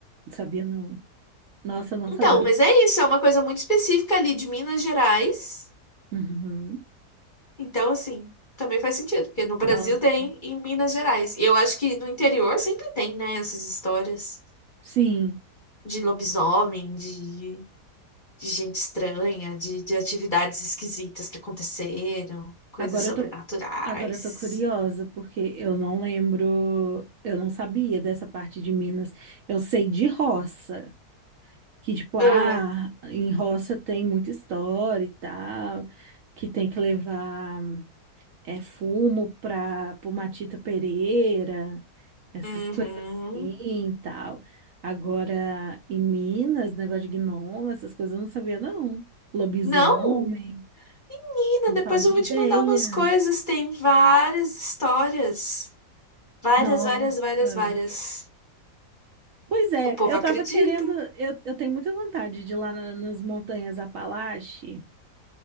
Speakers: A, on the right (about 65°); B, on the left (about 35°).
A: Não sabia, não. Nossa, eu não
B: Então,
A: sabia.
B: mas é isso, é uma coisa muito específica ali de Minas Gerais.
A: Uhum.
B: Então, assim, também faz sentido, porque no Brasil
A: Nossa.
B: tem, em Minas Gerais. E eu acho que no interior sempre tem, né, essas histórias
A: Sim.
B: de lobisomem, de, de gente estranha, de, de atividades esquisitas que aconteceram, coisas
A: Agora
B: sobrenaturais.
A: eu tô, agora eu tô curiosa, porque eu não lembro, eu não sabia dessa parte de Minas. Eu sei de roça. que tipo, ah,
B: Ah,
A: em roça tem muita história e tal, que tem que levar é fumo para pro Matita Pereira, essas
B: uhum.
A: coisas assim e tal. Agora, em Minas, negócio de gnomo, essas coisas eu não sabia, não. Lobisomem,
B: Não, menina,
A: não
B: depois
A: fazia
B: eu vou
A: ideia.
B: te mandar umas coisas. Tem várias histórias. Várias,
A: Nossa.
B: várias, várias, várias.
A: Pois é,
B: O povo
A: eu
B: acredita.
A: tava querendo, eu, eu tenho muita vontade de ir lá na- nas montanhas Apalache.